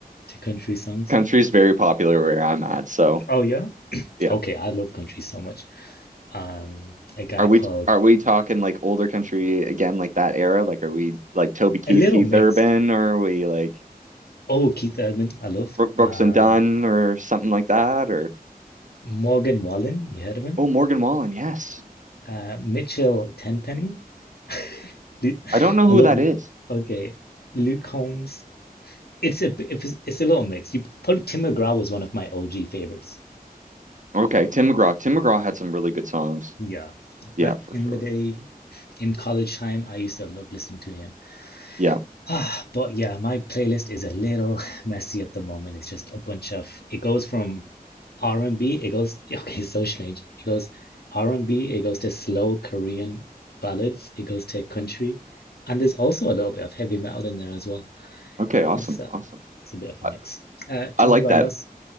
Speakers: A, on the left (about 85°); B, on the right (about 55°).
A: to country songs.
B: Country is very popular where I'm at, so
A: Oh yeah?
B: yeah.
A: Okay, I love country so much. Um, a guy
B: Are we
A: called
B: are we talking like older country again, like that era? Like, are we like Toby Keith,
A: A Little
B: Keith
A: Mixed.
B: Urban, or are we like?
A: Oh, Keith Urban, I love.
B: Brook Brooks
A: Um,
B: and Dunn or something like that, or
A: Morgan Wallen, you heard of him?
B: oh, Morgan Wallen, yes.
A: Uh, Mitchell Tenpenny. <laughs> Lu-
B: I don't know who
A: I love,
B: that is.
A: okay, Luke Holmes. It's a b- it's it's a little mix. You probably Tim McGraw was one of my OG favorites.
B: Okay, Tim McGraw. Tim McGraw had some really good songs.
A: Yeah,
B: Yeah,
A: back
B: for
A: in
B: sure.
A: the day in college time, I used to love listening to him. <sighs>
B: Yeah.
A: Ah, but yeah, my playlist is a little <sighs> messy at the moment. It's just a bunch of it goes from R&B, it goes <laughs> okay, it's so strange. It goes R&B, it goes to slow Korean ballads, it goes to country, and there's also a little bit of heavy metal in there as well.
B: Okay, awesome.
A: It's uh,
B: Awesome.
A: it's a bit of a
B: I,
A: mix. Uh,
B: I
A: tell
B: like
A: me about
B: that.
A: yours.